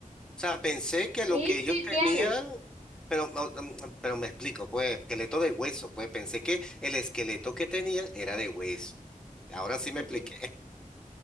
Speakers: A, in the centre; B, on the right.
A: sea, pensé que lo
B: Sí,
A: que
B: sí,
A: ellos tenían,
B: tienen.
A: pero, no, mm, pero me explico, pues, esqueleto de hueso, pues pensé que el esqueleto que tenían era de hueso. Ahora
B: <laughs>
A: sí me expliqué.